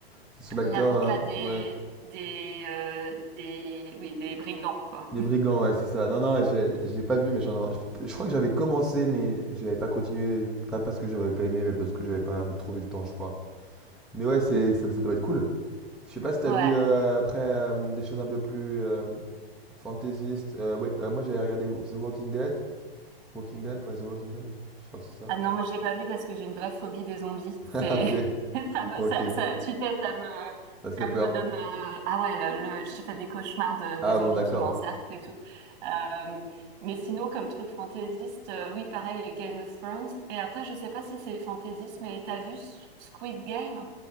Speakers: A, in the centre; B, on the right.
A: c'est sur l'acteur.
B: L'avocat
A: euh,
B: des
A: ouais.
B: des euh, des oui des brigands quoi.
A: Les brigands, ouais, c'est ça. Non, non, j'ai- je l'ai pas vu, mais j'en ai... Je crois que j'avais commencé, mais j'avais pas continué. Pas parce que j'avais pas aimé, mais parce que j'avais pas trouvé le temps, je crois. Mais ouais, c'est ça, ça doit être cool. Je sais pas si t'as
B: Ouais.
A: vu euh, après euh, des choses un peu plus euh, fantaisistes. Euh, ouais, euh, moi, j'avais regardé The Walking Dead. Walking Dead, ouais, The Walking Dead. Je crois que c'est ça.
B: Ah non moi je l'ai pas vu parce que j'ai une vraie phobie des zombies.
A: <laughs>
B: C'est
A: Ok,
B: <laughs> ça me
A: ok,
B: ça, ça tu sais ça me
A: ça te fait
B: ça me
A: peur.
B: donne euh, ah ouais le, le- je fais des cauchemars de, des
A: Ah
B: zombies
A: bon, d'accord.
B: qui m'encerclent et tout. Euh, mais sinon comme truc fantaisiste euh, oui pareil Game of Thrones et après je sais pas si c'est fantaisiste mais t'as vu S- Squid Game?